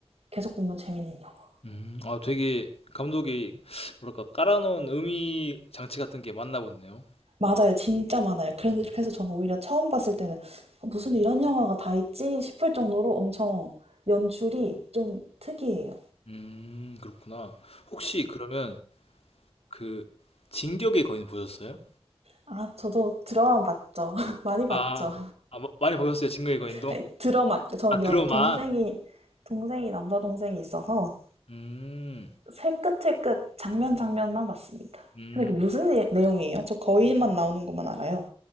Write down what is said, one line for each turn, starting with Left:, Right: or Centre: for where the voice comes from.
Right: 계속 보면 재밌는 영화.
Left: 음, 아, 되게 감독이 뭐랄까 깔아놓은 의미 장치 같은 게 맞나 보네요.
Right: 맞아요. 진짜 많아요. 그래서 저는 오히려 처음 봤을 때는 아, 무슨 이런 영화가 다 있지 싶을 정도로 엄청 연출이 좀 특이해요.
Left: 음 그렇구나. 혹시 그러면 그 진격의 거인 보셨어요?
Right: 아, 저도 드라마 봤죠. <laughs> 많이 봤죠.
Left: 아. 아 뭐 많이 보셨어요? 진격의 거인도?
Right: 아니, 드라마, 전
Left: 아 드러만
Right: 여, 동생이, 동생이, 남자 동생이 있어서
Left: 음.
Right: 새끝새끝 장면 장면만 봤습니다.
Left: 음.
Right: 근데 그 무슨 예- 내용이에요? 저 거인만 나오는 것만 알아요.